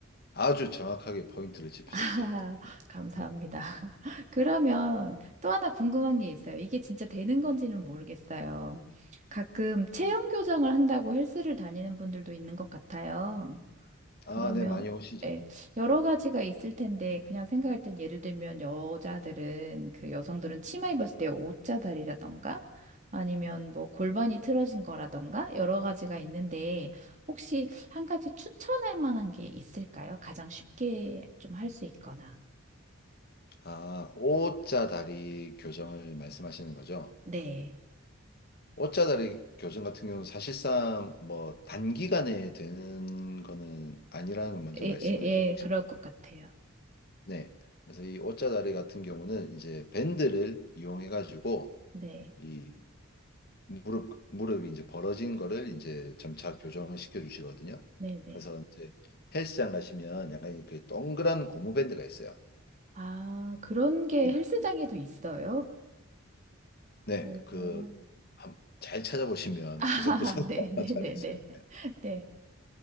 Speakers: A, on the left; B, on the right.
A: 아주 정확하게 포인트를 짚으셨어요.
B: <laughs> 감사합니다. <laughs> 그러면
A: 네.
B: 또 하나 궁금한 게 있어요. 이게 진짜 되는 건지는 모르겠어요. 가끔 체형 교정을 한다고 헬스를 다니는 분들도 있는 것 같아요.
A: 아,
B: 그러면
A: 네. 많이 오시죠.
B: 예, 여러 가지가 있을 텐데 그냥 생각할 땐 예를 들면 여자들은 그 여성들은 치마 입었을 때 옷자다리라던가 아니면 뭐 골반이 틀어진 거라던가 여러 가지가 있는데 혹시 한 가지 추천할 만한 게 있을까요? 가장 쉽게 좀 할 수 있거나.
A: 아, O자 다리 교정을 말씀하시는 거죠?
B: 네.
A: O자 다리 교정 같은 경우는 사실상 뭐 단기간에 되는 거는 아니라는 걸 먼저
B: 예,
A: 말씀을
B: 예, 예,
A: 드리고
B: 그럴 것 같아요.
A: 싶네. 그래서 이 O자 다리 같은 경우는 이제 밴드를 이용해 가지고
B: 네.
A: 이 무릎 무릎이 이제 벌어진 거를 이제 점차 교정을 시켜 주시거든요.
B: 네, 네.
A: 그래서 이제 헬스장 가시면 약간 그 동그란 고무 밴드가 있어요.
B: 아, 그런 게
A: 네.
B: 헬스장에도 있어요?
A: 네,
B: 오.
A: 그, 한- 잘 찾아보시면
B: <laughs> 아,
A: 구석구석에
B: 네,
A: <laughs>
B: 네, 네,
A: 잘 있을
B: 네.
A: 거예요.
B: 네.